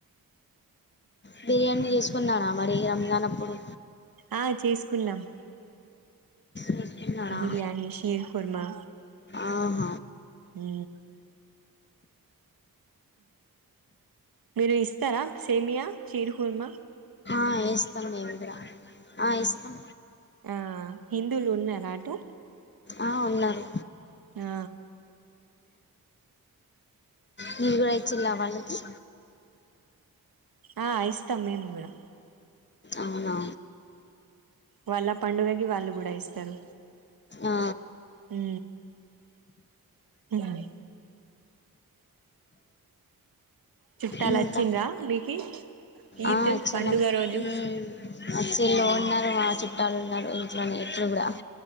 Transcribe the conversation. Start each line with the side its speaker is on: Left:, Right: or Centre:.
Left: బిర్యానీ జేసుకున్నారా మరి రంజాన్ అప్పుడు
Right: ఆ చేసుకున్నాం
Left: చేసుకున్నాడా
Right: బిర్యానీ షీర్ కుర్మా
Left: ఆహ
Right: ఊ మీరు ఇస్తారా సేమ్యా షీర్ కుర్మ
Left: అ ఇస్తం మేము గుడా ఆ ఇస్తం
Right: ఆ హిందువులు ఉన్నార అటు
Left: ఆ ఉన్నారు
Right: ఆ
Left: మీరు గుడ ఇచ్చిల్లా వాళ్ళకి
Right: ఆ ఇస్తం మేము గుడా
Left: అవునా
Right: వాళ్ళ పండుగకి వాళ్ళు గూడా ఇస్తరు
Left: ఆ
Right: ఊ ఊహ్మ్ చుట్టాలొచ్చిండ్రా
Left: ఇంకా
Right: మీకి ఈద్
Left: ఆ అచ్చినం
Right: పండుగ రోజు
Left: ఊమ్ అచిల్లు
Right: మ్మ్
Left: ఉన్నారు మా చుట్ ట్టాలు ఉన్నారు ఇంట్లోనే ఇప్పుడు గుడ